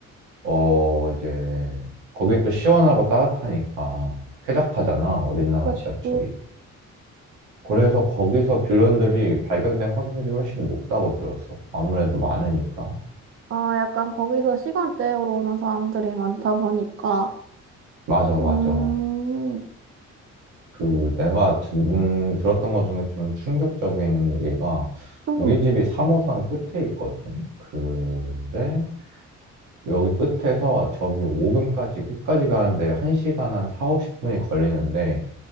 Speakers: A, on the right; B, on the right.
A: 어 이제 거긴 또 시원하고 따뜻하니까 쾌적하잖아. 우리나라
B: 그치
A: 지하철이. 그래서 거기서 빌런들이 발견될 확률이 훨씬 높다고 들었어. 아무래도 많으니까.
B: 아 약간 거기서 시간 때우러 오는 사람들이 많다 보니까
A: 맞아,
B: 음
A: 맞아. 그 내가 듣 들었던 것 중에 좀 충격적인 얘기가
B: 음,
A: 우리 집이 3호선 끝에 있거든. 근데 여기 끝에서 저기 오금까지 끝까지 가는데 1시간 한 4, 50분이 걸리는데